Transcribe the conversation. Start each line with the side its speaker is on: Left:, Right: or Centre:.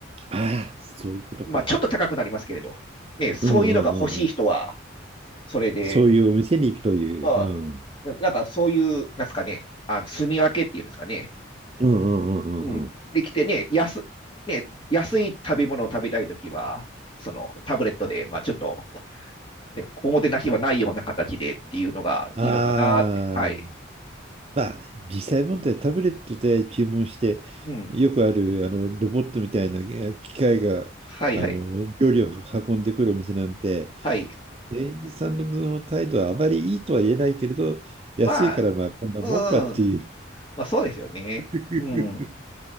Right: ああ、そういうことか。
Left: まあ、ちょっと高くなりますけれど、ね、そういうのが欲しい人は、
Right: うんうんうんうん。
Left: それで、
Right: そういうお店に行くという。
Left: まあ、
Right: うん、うん
Left: なんかそういう、なんですかね、あの住み分けっていうんですかね、
Right: うんうんうんうん。
Left: うん、できてね、安、ね、安い食べ物を食べたいときは、そのタブレットで、まあ、ちょっと、ね、おもてなしはないような形でっていうのがいいのかなって、
Right: ああ、
Left: はい。
Right: まあ、実際問題、タブレットで注文して、
Left: うん。
Right: よくあるあのロボットみたいな機械があの料理を運んでくるお店なんて、
Left: はいはい。はい。
Right: 店員さんの態度はあまりいいとは言えないけれど、
Left: まあ、
Right: 安いからまあこんなもんかっていう。
Left: うん、まあ、そうですよね。
Right: <laughs>
Left: うん。